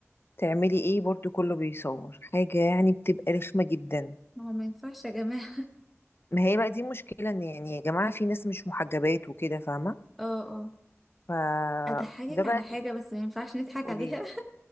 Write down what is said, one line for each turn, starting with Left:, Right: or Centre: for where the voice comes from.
Left: تعملي ايه برضو كله بيصور حاجة يعني بتبقى رخمة جدا
Centre: ما هو ما ينفعش يا جماعه
Left: ما هي بقى دي مشكلة ان يعني يا جماعة في ناس مش محجبات وكده فاهمة
Centre: <laughs> اه اه
Left: ف
Centre: اضحكك
Left: ده بقى
Centre: على
Left: اللي-
Centre: حاجه بس ما ينفعش نضحك
Left: قولي
Centre: عليها <laughs>